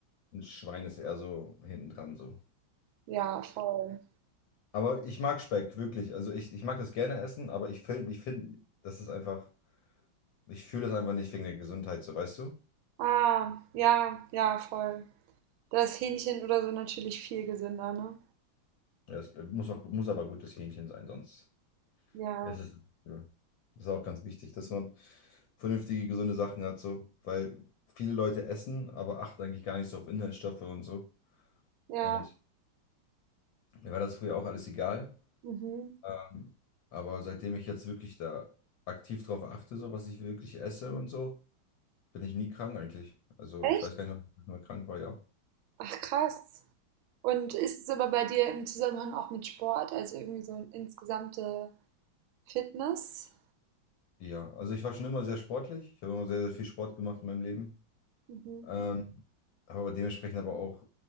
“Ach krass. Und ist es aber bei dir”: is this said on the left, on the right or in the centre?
Right